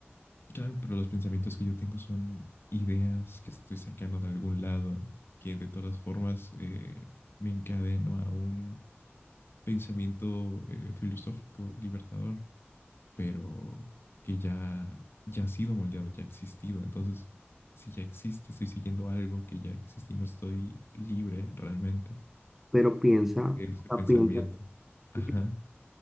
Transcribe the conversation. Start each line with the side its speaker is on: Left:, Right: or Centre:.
Left: claro, pero los pensamientos que yo tengo son ideas que estoy sacando de algún lado, que de todas formas eh, me encadeno a un pensamiento eh, filosófico libertador. pero que ya, ya ha sido moldeado, ya ha existido. Entonces, si ya existe, estoy siguiendo algo que ya existe y no estoy libre realmente
Centre: Pero piensa,
Left: de ese
Centre: o sea,
Left: pensamiento.
Centre: piensa,
Left: Ajá,
Centre: yo